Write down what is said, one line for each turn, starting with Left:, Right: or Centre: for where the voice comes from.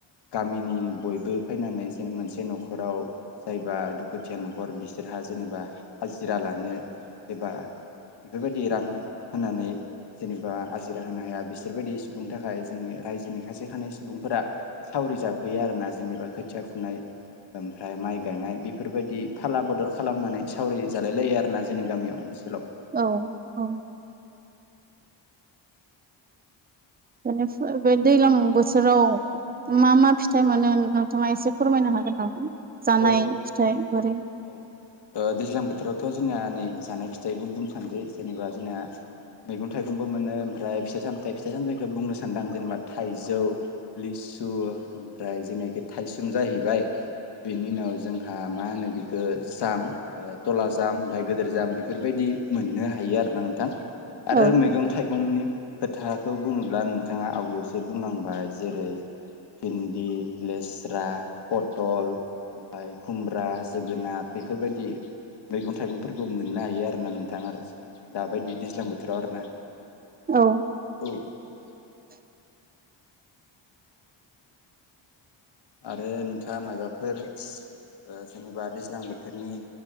Left: गामिनि बयबो बो फैनानै जेन मोनसे न'खराव जायबा दुखुथिया न'खर बिसोरहा जेनेबा हाजिरा लानो एबा बेफोरबायदि रां होनानै जेनेबा आजिरा होनो हाया बिसोरबायदि सुबुंनि थाखाय जोंनि रायजोनि सासे सानै सुबुंफोरा सावरि जाफैयो आरो ना जेनेबा खोथिया फुनाय ओमफ्राय माइ गायनाय बेफोरबायदि फाला बदल खालामनानै सावरि जालाय लायो आरोना जोंनि गामि ओनसोलाव
Right: औ औ बेनिफ्राय बे दैज्लां बोथोराव मा मा फिथाइ मोनो नोंथाङा एसे फोरमायनो हागोन नामा जानाय
Left: औ
Right: फिथाइ बोरै
Left: औ ओ दैज्लां बोथोरावथ' जोंना नै जानाय फिथाइबो बुंफानोसै जेनेबा जोंना मैगं थाइगंबो मोनो ओमफ्राय फिथाइ सामथायाइ फिथाइ सामथाइखौ बुंनो सानदों आं जेनेबा थाइजौ लिसु ओमफ्राय जेनाखि थाइसोम जाहैबाय बिनि उनाव जोंहा मा होनो बिखौ जाम थला जाम बमाय गिदिर जाम बेफोरबायदि मोननो हायो आरोना नोंथां
Right: औ
Left: आरो मैगं थाइगंनि खोथाखौ बुङोब्ला नोंथाङा आवगेयावसो बुंलांबाय जेरै भिन्दि लेस्रा पटल ओमफफ्राय खुमब्रा जोगोनार बेफोरबायदि मैगं थाइगंफोरखौ मोननो हायो आरोना नोंथां आरो दाबायदि दैज्लां बोथोराव आरोना
Right: औ
Left: <inaudible>
Right: <inaudible>
Left: आरो नोंथाङा माबाफोर ओ जेनेबा दैज्लां बोथोरनि